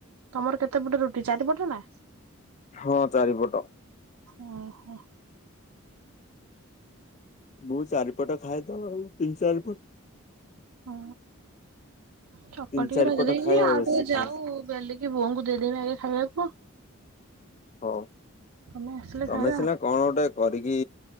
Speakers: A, on the right; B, on the left.
A: ତମର କେତେ ପଟ ରୁଟି ଚାରିପଟନା?
B: ହଁ ଚାରିପଟ
A: ଓହୋ
B: ମୁଁ ଚାରିପଟ ଖାଏତ ଆଉ ତିନି ଚାରିପଟ
A: ହଁ ଚକଟିକି
B: ତିନି ଚାରିପଟ
A: ରଖି ଦେଇଛି
B: ଖାଏ
A: ଆଉ
B: ବେଶୀ
A: ଟିକେ
B: ଖାଏନି।
A: ଯାଉ ବେଲିକି ବୋଉଙ୍କୁ ଦେଇଦେବି ଆଗେ ଖାଇବାକୁ
B: ହଉ
A: ତମେ ଆସିଲେ
B: ତମେ
A: ଖାଇବା
B: ସିନା କଣ ଗୋଟେ କରିକି